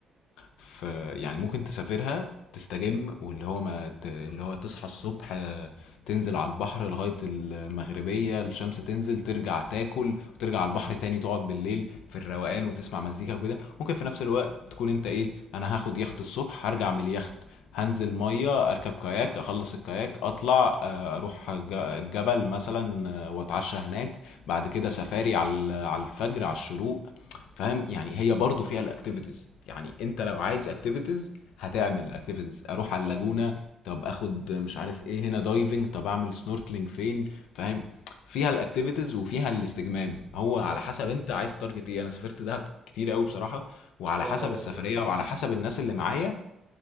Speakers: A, on the left; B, on the right.
A: ف يعني ممكن تسافرها تستجم واللي هو ما ت اللي هو تصحى الصبح آه، تنزل على البحر لغاية المغربية، الشمس تنزل، ترجع تاكل وترجع على البحر تاني تقعد بالليل في الروقان وتسمع مزيكا وكده، ممكن في نفس الوقت تكون أنت إيه، أنا هاخد يخت الصبح هارجع من اليخت، هانزل مَيّة، أركب كاياك، أخلّص الكاياك، أطلع آآ أروح ج جبل مثلًا آه، وأتعشى هناك، بعد كده سفاري على ال- على الفجر على الشروق فاهم يعني هي برضو فيها الاكتيفيتيز يعني انت لو عايز اكتيفيتيز هتعمل الاكتيفيتيز اروح على اللاجونة
B: آه،
A: طب اخد مش عارف ايه هنا دايفنج طب اعمل سنوركلينج فين فاهم فيها الاكتيفيتيز وفيها الاستجمام هو على
B: ما
A: حسب انت عايز تارجت ايه انا سافرت دهب كتير قوي بصراحة وعلى
B: وأنا
A: حسب
B: برضه.
A: السفرية وعلى حسب الناس اللي معايا